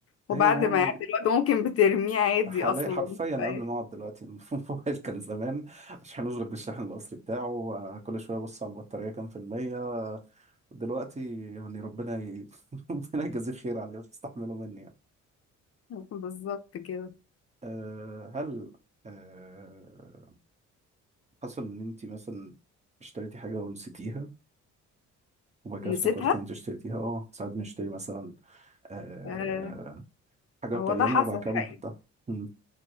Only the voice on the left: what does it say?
وبعد
ما
يعدي الوقت ممكن بترميه عادي
اصلا
أي-
بالظبط كده
نسيتها
آه
هو
ده حصل
حقيقي